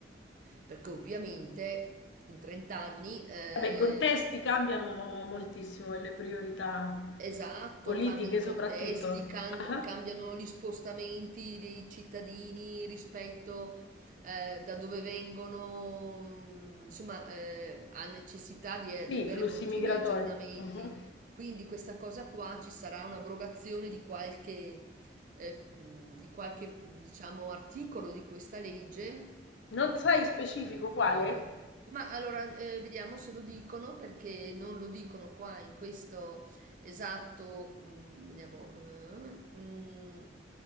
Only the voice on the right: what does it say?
perché ovviamente in 30 anni eh,
Esatto,
cambiano i
contesti, can-
cambiano gli spostamenti dei cittadini rispetto eh, da dove vengono, mm, insomma, eh, ha necessità di,
di avere
continui
aggiornamenti.
Quindi questa cosa qua ci sarà un'abrogazione di qualche, eh, mm, di qualche, mm, diciamo, articolo di questa legge
ma allora, eh, vediamo se lo dicono perché non lo dicono qua in questo esatto. mm, vediamo. eh, mm,